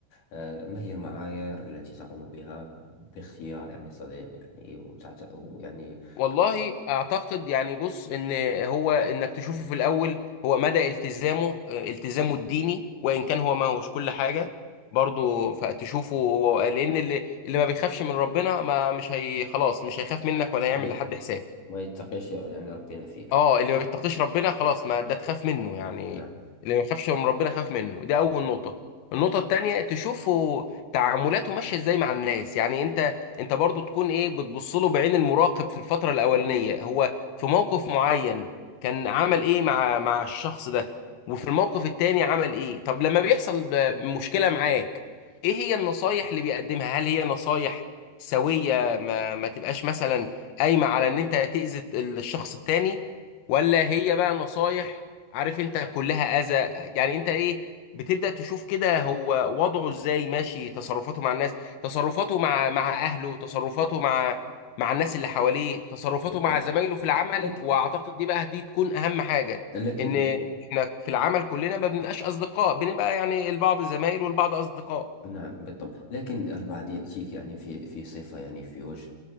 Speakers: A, on the left; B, on the left.
A: آه، ما هي المعايير التي تقوم بها باختيار يعني صديق يعني وتعت... ويعني
B: والله اعتقد يعني بص ان هو انك تشوفه في الاول هو مدى التزامه آه، التزامه الديني وان كان هو ما هوش كل حاجه برضه فتشوفه هو- لان اللي اللي ما بيخافش من ربنا ما مش هي خلاص مش هيخاف منك ولا هيعمل
A: ما يت-
B: لحد حساب
A: ما يتقيش يعني ربنا فيك
B: اه اللي ما بيتقيش ربنا خلاص ما ده تخاف منه يعني
A: نعم
B: اللي ما يخافش من ربنا خاف منه دي اول نقطة النقطة التانية تشوفه تعاملاته ماشية ازاي مع الناس يعني انت انت برضو تكون ايه بتبص له بعين المراقب في الفترة الاولانية هو في موقف معين كان عمل ايه مع مع الشخص ده وفي الموقف التاني عمل ايه طب لما بيحصل ب- مشكلة معاك ايه هي النصايح اللي بيقدمها هل هي نصايح سوية ما ما تبقاش مثلا قايمة على ان انت تأذي الشخص التاني ولا هي بقى نصايح عارف انت كلها اذى يعني انت ايه بتبدأ تشوف كده هو وضعه ازاي ماشي تصرفاته مع الناس تصرفاته مع مع اهله تصرفاته مع مع الناس اللي حواليه تصرفاته
A: بالطبع
B: مع زمايله في العمل
A: لكن
B: واعتقد دي بقى دي تكون اهم حاجة
A: لكن
B: ان احنا في العمل كلنا ما بنبقاش اصدقاء بنبقى يعني البعض زمايل والبعض اصدقاء
A: نعم بالطبع لكن البعض يأتيك يعني في في صفة يعني في وجه